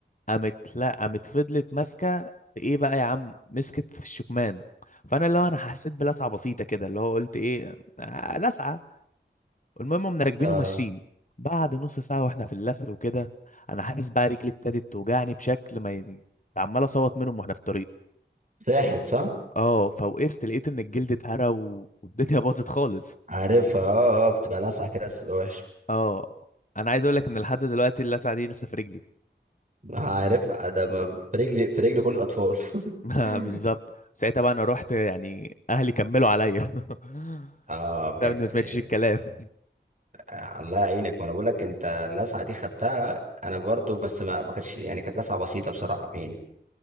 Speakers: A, on the left; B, on the right.
A: قامت لا قامت فضلت ماسكه في ايه بقى يا عم مسكت في الشكمان فانا اللي هو انا حسيت بلسعه بسيطه كده اللي هو قلت ايه آه لسعه المهم قمنا راكبين
B: اه
A: وماشيين بعد نص ساعه واحنا في اللف وكده انا حاسس بقى رجلي ابتدت توجعني بشكل ما ي- عمال اصوت منهم واحنا في الطريق
B: ساحت صح
A: اه فوقفت لقيت ان الجلد اتهرى و- والدنيا <laughs> باظت خالص
B: عارفها اه اه بتبقى لسعة كده بس بتبقى وحشة
A: اه انا عايز اقول لك ان لحد دلوقتي اللسعه دي لسه في رجلي
B: عارفها ده ما- في رجلي في رجلي كل الأطفال
A: <laughs>
B: <laughs>
A: بالظبط ساعتها بقى انا رحت يعني اهلي كملوا عليا <laughs>
B: اه بجد
A: ده اني ما سمعتش
B: يعني
A: الكلام
B: آه، الله يعينك ما انا بقول لك انت اللسعة دي خدتها انا برضو بس ما ما كانتش يعني كانت لسعة بسيطة بصراحة يعني